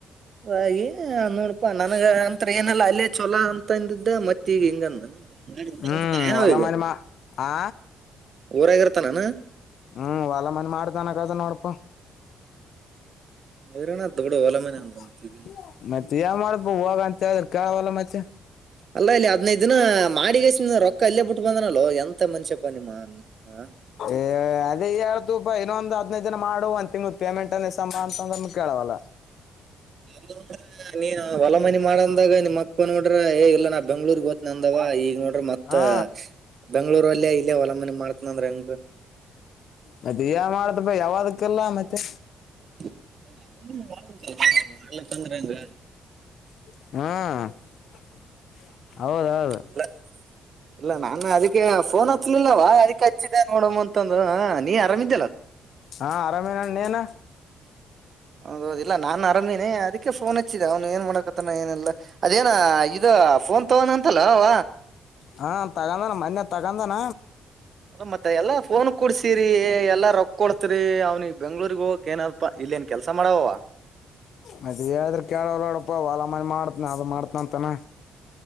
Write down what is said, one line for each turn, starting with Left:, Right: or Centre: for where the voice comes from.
Right: ಹಾಗ ನೋಡ್ ಪ್ಪಾ ನನಗ ಅಂತ ಏನಲ್ಲ ಅಲ್ಲೇ ಚಛಲ ಅಂತಂದಿದ್ದೆ ಮತ್ತ ಈಗ ಹಿಂಗಂದ <unintelligible>
Left: ಹ್ಞೂ
Right: ರ್ತ ಏನ
Left: ಹೊಲ
Right: ಈಗ
Left: ಮನೆ ಮಾ ಆ
Right: ಊರಾಗಿರ್ತಾನಾನ
Left: ಹ್ಮ್ ಒಲ ಮನ್ ಮಾಡ್ದನ್ ಆಗದ ನೋಡಪ
Right: ಇರೋಣತ್ ಬಿಡು ಹೊಲ ಮನೆ
Left: <inaudible>
Right: ಅಂದ್ರ ಮತ್ತೀಗ.
Left: ಮತ್ತೆ ಯಾವ ಮಾಡಬೋವಾಗ ಅಂತ ಹೇಳಿ. ಕಾವಾಲ ಮತ್ತೆ
Right: ಅಲ್ಲಾ ಇಲ್ಲಿ ಅದಿನೈಧೂ ದಿನ ಮಾಡಿಗಸ ರೊಕ್ಕ ಅಲ್ಲೇ ಬಿಟ್ಟು ಬಂದನಲ್ವ ಎಂತ ಮನ್ಷ್ಯಪ್ಪಾ ನಿಮ್ಮ ಆ
Left: ಏ ಅದೇ ಎಳ್ ತುಪ ಇನ್ನೊಂದ ಹದ್ನೈದ್ ದಿನ ಮಾಡು ಒಂದ್ ತಿಂಗಳ ಪೇಮೆಂಟ್ ಅಂದ್ರೆ ಸಂಬಳ ಅಂತಂದ್ರು ಕೇಳವಲ್ಲ
Right: <inaudible> ನೀನ ಹೊಲಮನಿ ಮಾಡಂದಾಗ ನಿಮ್ಮಪ್ಪ ನೋಡ್ರ ಏ ಇಲ್ಲ ನಾ ಬೆಂಗ್ಳೂರ್ಗ್ ಹೋತ್ ನಂದವ ಈಗ ನೋಡ್ರಿ ಮತ್
Left: ಹಾ
Right: ಬೆಂಗಳೂರಲ್ಲೇ ಇಲ್ಲೇ ಹೊಲ ಮನಿ ಮಾಡ್ತಿನಂದ್ರೆ ಹೆಂಗರೀ
Left: ಮತ್ತೆ ಯಾ ಮಾಡ್ದ ಬಾ ಯಾವದಕ್ಕೆಲ್ಲ ಮತ್ತೆ
Right: <unintelligible>
Left: ಹ್ಮ್ ಹೌದೌದು
Right: ಇಲ್ಲ ಇಲ್ಲ ನಾನೂ ಅದಕ್ಕೆ ಫೋನ್ ಹಚ್ಲಿಲ್ಲಲ್ಲ ಅದಿಕೆ ಹಚ್ಚಿದೆ ನೋಡಮ್ಮ ಅಂತಂದ ನೀ ಆರಾಮಿದ್ದಲ್ಲ
Left: ಹಾ ಆರಾಮೇನ ನೀನು
Right: ಹೌದೌದ್ ಇಲ್ಲ ನಾನ್ ಅರಾಮೇನೆ ಅದಕ್ಕೆ ಫೋನ್ ಹಚ್ಚಿದೆ ಅವ್ನು ಏನ್ ಮಾಡಕತಾನ ಏನಲ್ಲಾ ಅದೇನ ಇದ ಫೋನ್ ತಗೋನ ಅಂತಲ್ಲ ಅವ
Left: ಹಾ ತಗೊಂಡಾನ ಮನ್ನೆ ತಗಂದಾನ
Right: ಅದ ಮತ್ತೆ ಎಲ್ಲಾ ಫೋನ್ ಕೊಡ್ಸಿರಿ ಎಲ್ಲಾ ರೊಕ್ಕ ಕೊಡ್ತರಿ ಅವ್ನಿಗ್ ಬೆಂಗ್ಳೂರ್ಗ್ ಹೋಗಕ್ ಏನಲ್ತಾ ಏನ್ ಕೆಲ್ಸ ಮಾಡಾವವ
Left: ಮದ್ವೇ ಆದ್ರೆ ಕೇಳ ಬೇಡಪ್ಪ ಹೊಲ ಮನಿ ಮಾಡ್ತನ ಅದು ಮಾಡ್ತನ ಅಂತಾನ